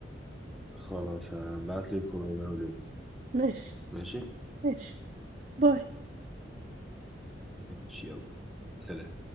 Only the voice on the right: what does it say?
ماشي
ماشي باي